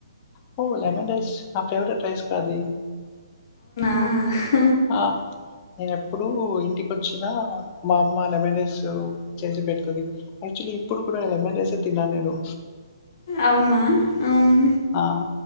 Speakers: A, on the left; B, on the left.
A: హో లెమన్ రైస్ నా ఫేవరెట్ రైస్ కా అది
B: ఆహ్
A: ఆ నేను ఎప్పుడూ ఇంటికొచ్చిన మా అమ్మ లెమెన్ రైస్ చేసి పెడుతది యాక్చువల్లీ ఇప్పుడు కూడా లెమెన్ రైసే తిన్నా నేను
B: అవునా మ్మ్,
A: ఆ